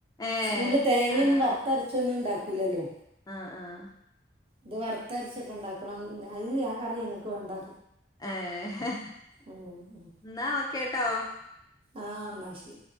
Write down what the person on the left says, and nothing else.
ഏഹ്
ആഹാ
ആഹ് ആഹ്
ഏഹ്
എന്നാ ഓക്കേട്ടോ